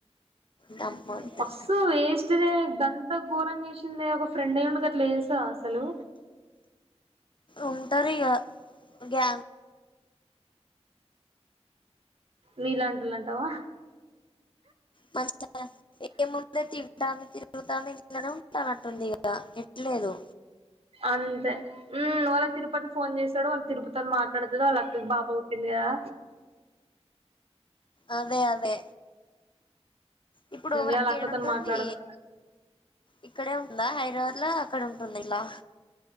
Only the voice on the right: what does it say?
బస్సు వేస్ట్ దే అంత ఘోరం చేసిందే ఒక ఫ్రెండ్ అయ్యిండి అట్లు చేస్తారా అసలు
నీలాంటిలు అంటావా
అంతే మ్మ్ వాళ్ళ తిరుపతి ఫోన్ చేసాడు వాళ్ళు తీరుపుతో మాట్డుతుద వాళ్ళ అక్కకి బా తిన్నరా
ఇలా అక్కతోని
మాట్లాడదు